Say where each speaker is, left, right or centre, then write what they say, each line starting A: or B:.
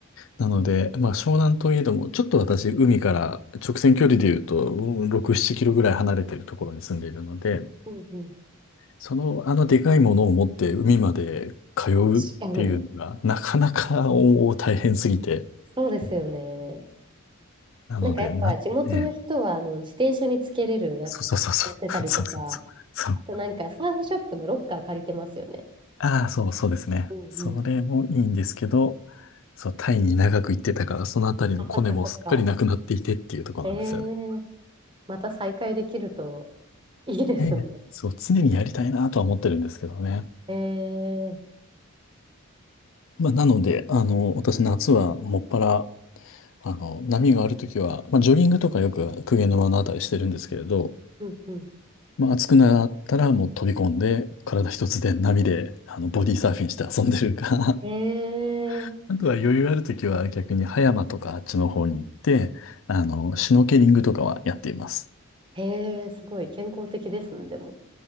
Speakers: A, on the left; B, on the right.
A: なので、まあ、湘南といえども、ちょっと私、海から直線距離で言うと、うん6、7キロぐらい離れてるところに住んでいるので、
B: うんうん。
A: その、あのでかいものを持って海まで通うっていうのが、
B: 確かに。
A: なかなかおお大変すぎて。
B: そうですよね。
A: なので、
B: なんかやっぱ地元の人はあの自転車につけれるやつやってたりとか、
A: な、ええ、そうそうそうそう、<laughs> そうそうそう、そう。
B: あとなんかサーフショップのロッカー借りてますよね。
A: ああ、そうそうですね。
B: うんうん。
A: それもいいんですけど、そう、タイに長く行ってたから、そのあたりのコネもすっかりなくなっていてっていうところなんですよね。
B: あ、そっかそっか。ええまた再会できるといいですね。
A: ええ、そう、常にやりたいなとは思ってるんですけどね。
B: ええ
A: まあ、なので、あの、私夏はもっぱら、あの、波があるときは、まあ、ジョギングとかよく公家沼のあたりしてるんですけれど、
B: うんうん。
A: まあ、暑くなったらもう飛び込んで、体一つで波で、あの、ボディーサーフィンして遊んでるか、
B: ええ
A: <laughs> あとは余裕あるときは逆に葉山とかあっちの方に行って、あの、シュノーケリングとかはやっています。
B: ええすごい健康的ですね、でも。